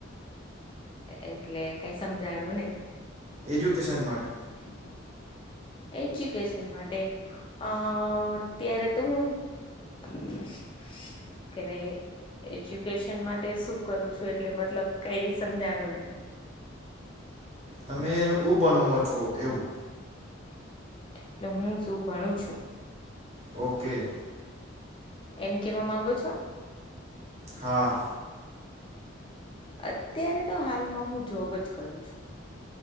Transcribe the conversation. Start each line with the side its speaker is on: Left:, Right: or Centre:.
Left: એટલે કઈ સમજાણું નઈ.
Right: એજ્યુકેશન માટે.
Left: હ <inaudible> એજ્યુકેશન માટે અ અત્યારે તો હું <inaudible> એજ્યુકેશન માટે શું કરું છું એટલે મતલબ કઈ સમજાણો નહી.
Right: તમે હુ ભણવા મા છો? એવું.
Left: એટલે હું શું ભણું છું.
Right: ઓકે.
Left: એમ કેવા માંગો છો?
Right: હા.
Left: અત્યારે તો હાલમાં હું જોબ જ કરું છું.